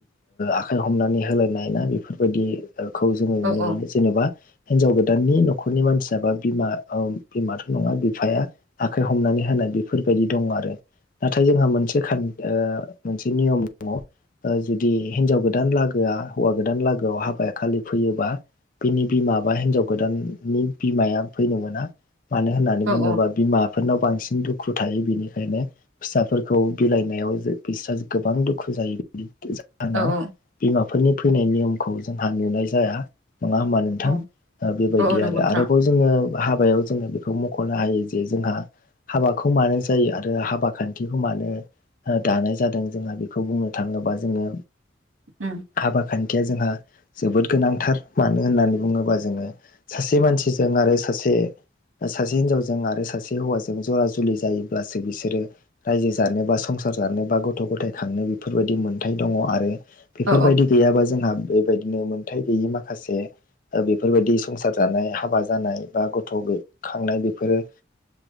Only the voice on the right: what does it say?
औ औ
औ
औ
औ
औ नंगौ
नोंथां
अ
औ